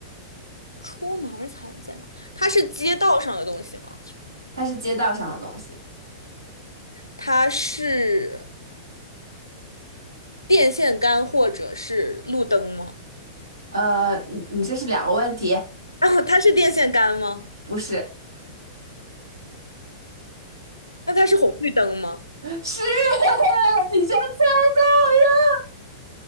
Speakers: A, on the left; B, on the right.
A: 出门儿才能见到。它是街道上的东西吗？
B: 它是街道上的东西。
A: 它是。电线杆或者是路灯吗？
B: 呃，你你这是两个问题，
A: 啊，它是电线杆吗？
B: 不是，
A: 那它是红绿灯吗？
B: <laughs> 是 <laughs> 你居然猜到了，